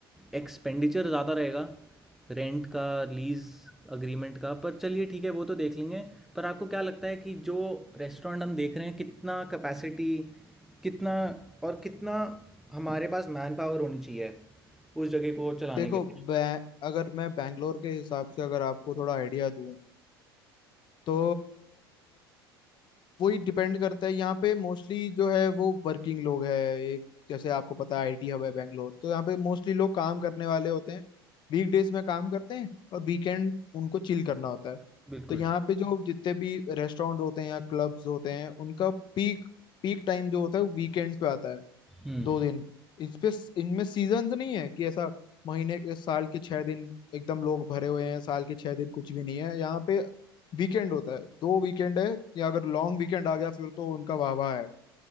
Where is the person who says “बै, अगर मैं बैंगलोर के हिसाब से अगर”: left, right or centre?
Left